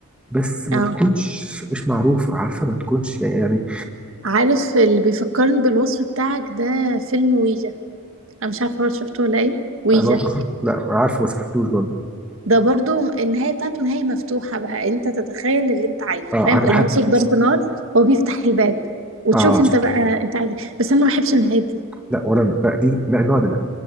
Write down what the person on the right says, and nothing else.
اه
عارف اللي بيفكرني بالوصف بتاعك ده فيلم ويجا انا مش عارفة برضو شفته ولا ايه ويجا
ده برضو النهاية بتاعته نهاية مفتوحة بقى انت تتخيل اللي انت عايزه
فاهم
اللي هو صوت
ضرب نار هو بيفتح الباب وتشوف
انت بقى انت عايز إيه. بس انا ما بحبش النهاية دي